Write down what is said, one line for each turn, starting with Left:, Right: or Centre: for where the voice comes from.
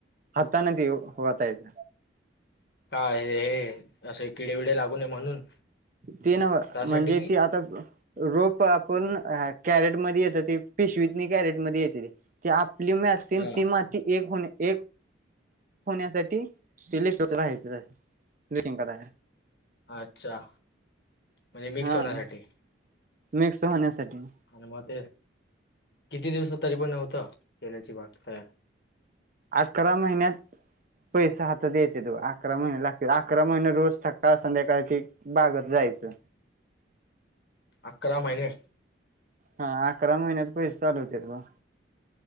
Right: हातानं दिव ओतायच.
Left: काय हे असे, किडे बिडे लागू नये म्हणून?
Right: ती नव्ह
Left: त्यासाठी
Right: म्हणजे
Left: कि
Right: ती आता रोप आपण कॅरेट मध्ये येतती, पीशिवीतनी कॅरेट मध्ये येत्याती. ती आपली माती अन,
Left: हा
Right: ती माती एक-एक होण्यासाठी ते <unintelligible> राहायचं. ड्रेचींग कराय
Left: अच्छा. म्हणजे मिक्स
Right: हा.
Left: होण्यासाठी
Right: मिक्स होण्यासाठी.
Left: मग ते किती दिवसात तरी, पण होत? केल्याची बाग तया
Right: अकरा महिन्यात पैसा हातात येत्यात. अकरा महिने लागतील, अकरा महिने रोज सकाळ संध्याकाळ बागत जायचं.
Left: अकरा महिने?
Right: हा. अकरा महिन्यात पैसे चालू होत्यात बगा.